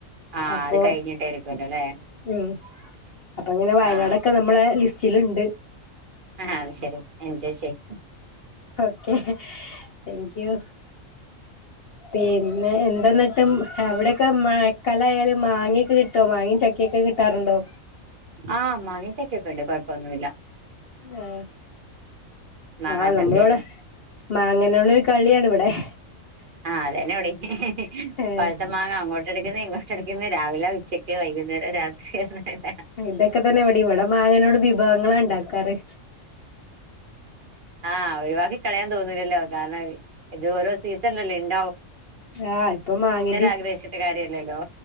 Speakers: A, on the right (about 50°); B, on the left (about 55°).
A: ആഹ്
B: അപ്പൊ
A: അത് കഴിഞ്ഞിട്ടായിരിക്കുവല്ലോ ല്ലേ
B: ഉം അപ്പൊ അങ്ങനെ വയനാടൊക്കെ
A: ആഹ്
B: നമ്മള ലിസ്റ്റ് റ്റിലുണ്ട്
A: ആഹ് അത് ശരി എൻജോയ് ചെയ്യ്
B: ഓക്കെ താങ്ക് യു പിന്നെ എന്തെന്നിട്ട് അവിടെയൊക്കെ മഴക്കാലായാലും മാങ്ങയൊക്കെ കിട്ടോ മാങ്ങയും ചക്കൊക്കെ കിട്ടാറുണ്ടോ
A: ആഹ് മാങ്ങാ ചക്കൊക്കെ ഉണ്ട് കൊഴപ്പൊന്നുമില്ല
B: ആ
A: മാങ്ങാ
B: ആ നമ്മളിവിടെ
A: ചക്കയെല്ലാം
B: മാങ്ങനുള്ളൊരു കളിയാണിവിടെ <unintelligible>
A: ആഹ് അതന്നെ ഇവിടേം
B: ഏഹ്
A: പഴ്ത്ത മാങ്ങ അങ്ങോട്ട് എടുക്കുന്ന ഇങ്ങോട്ട് ട്ടെടുക്കുന്നു രാവില ഉച്ചക്ക് വൈകുന്നേരം രാത്രി ശ <unintelligible>
B: ഇതൊക്കെ തന്നെ ഇവിടേം ഇവിടെ മാങ്ങനോണ്ട്‌ വിഭവങ്ങളാ ഉണ്ടാക്കാറ്
A: ആഹ് ഒഴിവാക്കി കളയാൻ തോന്നൂലല്ലോ കാരണം ഇത് ഓരോ സീസ <unintelligible>
B: ആഹ് ഇപ്പൊ മാങ്ങിന്റെ
A: ആഗ്രഹിച്ചിട്ട് കാര്യല്ലല്ലോ